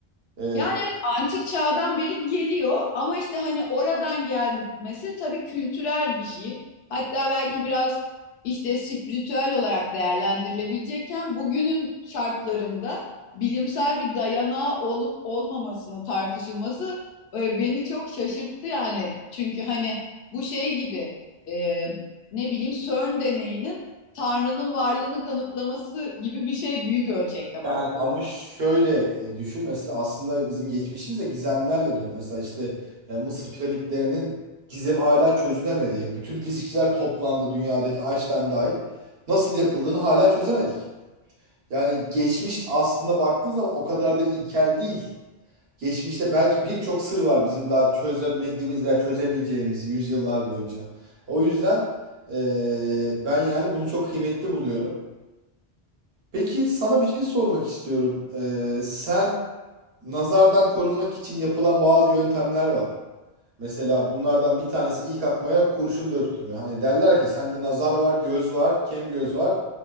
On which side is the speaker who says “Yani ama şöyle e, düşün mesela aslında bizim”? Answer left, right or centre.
Right